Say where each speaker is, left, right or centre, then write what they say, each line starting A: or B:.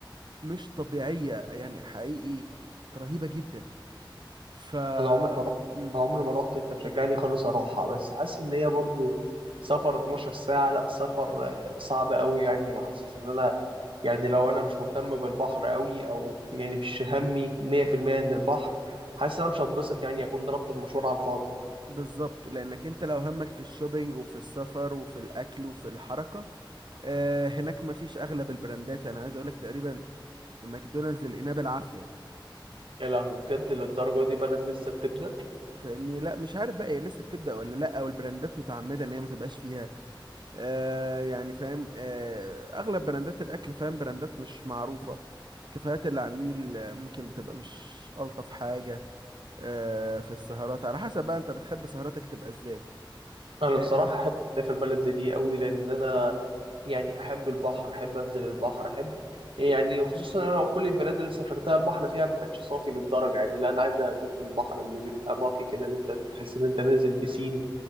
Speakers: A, on the right (about 60°); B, on the right (about 85°).
A: مش طبيعية يعني حقيقي رهيبة جدا ف
B: انا عمري ما رحت
A: مم.
B: أنا عمري ما رحت انت مشجعني خالص اروحها بس حاسس ان هي برضو سفر 12 ساعة لا سفر آه، صعب قوي يعني وحاسس ان انا يعني لو انا مش مهتم بالبحر قوي او يعني مش همي 100% ان البحر حاسس ان انا مش هنبسط يعني اكون ضربت المشوار على الفاضي
A: بالظبط لأنك أنت لو همك في الشوبينج وفي السفر وفي الأكل وفي الحركة آه، هناك مفيش أغلب البراندات أنا عايز أقولك تقريبا ماكدونالدز اللي لقيناه بالعافية
B: يا لهوي بجد للدرجة دي بلد لسه بتبدأ
A: فاهمني لا مش عارف بقى هي لسه بتبدأ ولا لا او البراندات متعمدة ان هي ما تبقاش فيها آه يعني فاهم آه اغلب براندات الاكل فاهم براندات مش معروفة كافيهات اللي على النيل آه، ممكن بتبقى مش ألطف حاجة آه في السهرات على حسب بقى انت بتحب سهراتك تبقى ازاي
B: انا
A: آه
B: بصراحه احب
A: مم،
B: اسافر بلد زي دي قوي لان انا يعني احب البحر احب انزل البحر احب يعني خصوصا إن انا وكل البلاد اللي سافرتها البحر فيها ما كانش صافي للدرجه يعني لا انا عايز اشوف البحر اللي بيبقى نقي كده اللي انت تحس ان انت نازل بسين